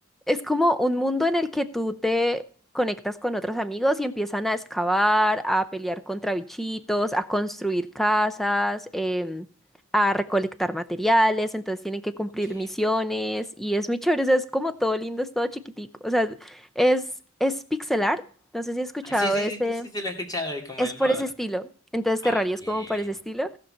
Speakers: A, in the centre; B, on the left.
A: Es como un mundo en el que tú te conectas con otros amigos y empiezan a excavar, a pelear contra bichitos, a construir casas, em, a recolectar materiales, entonces tienen que cumplir
B: Ok.
A: misiones y es muy chévere, o sea, es como todo lindo, es todo chiquitico, o sea, es, es pixel art, no sé si has escuchado
B: Ah, sí, sí,
A: ese.
B: sí, sí, sí, se lo he escuchado, y como
A: Es
B: el
A: por
B: modo.
A: ese estilo. Entonces
B: Ah,
A: Terraria
B: ok.
A: es como por ese estilo.